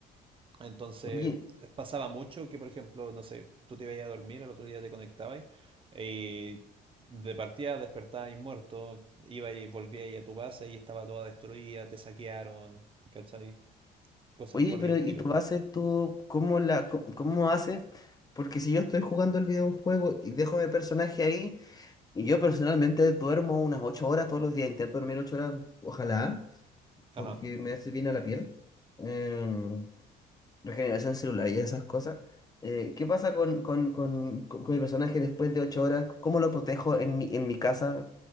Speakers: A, on the right; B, on the left.
A: Entonces,
B: Oye,
A: eh, pasaba mucho que, por ejemplo, no sé, tú te ibas a dormir, al otro día te conectabas y de partida despertabas muerto, ibas y volvías a tu base y estaba toda destruida, te saquearon, ¿cachai? Cosas
B: Oye,
A: por
B: pero
A: el estilo.
B: ¿y tu base tú cómo la co- cómo, haces? Porque si yo estoy jugando el videojuego y dejo mi personaje ahí, y yo personalmente duermo unas 8 horas todos los días, intento dormir 8 horas, ojalá,
A: Ajá.
B: porque me hace bien a la piel, em, regeneración celular y esas cosas. Eh, ¿qué pasa con, con, con- con- con mi personaje después de 8 horas? ¿Cómo lo protejo en mi, en mi casa?